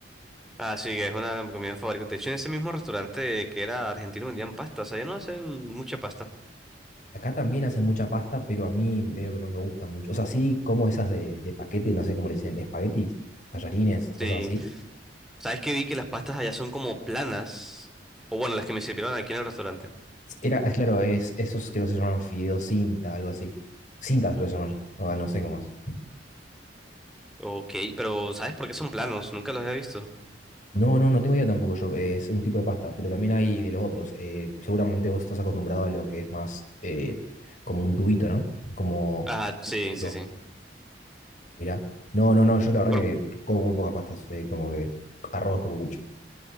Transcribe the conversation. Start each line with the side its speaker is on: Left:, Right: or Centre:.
Centre: Así que es una de mis comidas favoritas. De hecho, en ese mismo restaurante que era argentino vendían pastas. Allá no hacen mucha pasta.
Left: Acá también hacen mucha pasta, pero a mí medio que no me gusta mucho. O sea, sí como esas de, de paquete, no sé cómo le dicen, espaguetis, tallarines,
Centre: Sí.
Left: cosas así,
Centre: ¿Sabes que vi que las pastas allá son como planas? O bueno, las que me sirvieron aquí en el restaurante.
Left: Era, ah, claro, es, esos creo que se llaman fideos cinta, algo así. cintas se llaman o ah, no sé cómo es.
Centre: Ok, pero ¿sabes por qué son planos? Nunca los había visto.
Left: No, no, no tengo idea tampoco yo, eh, es un tipo de pasta, pero también hay de los otros. eh, seguramente vos estás acostumbrado a lo que es más eh, como un tubito, ¿no? Como
Centre: Ah, sí,
Left: cilíndrico,
Centre: sí, sí.
Left: mira No, no, no, yo la verdad
Centre: Pero-
Left: que como muy pocas pastas, eh, como que arroz como mucho.